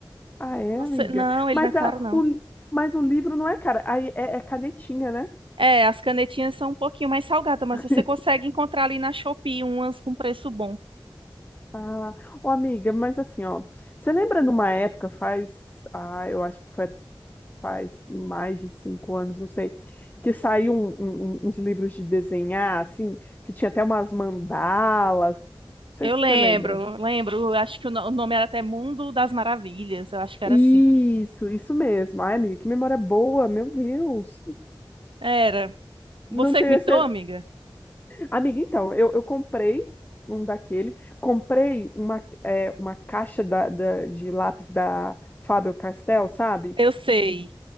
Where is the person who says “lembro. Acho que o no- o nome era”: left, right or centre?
Right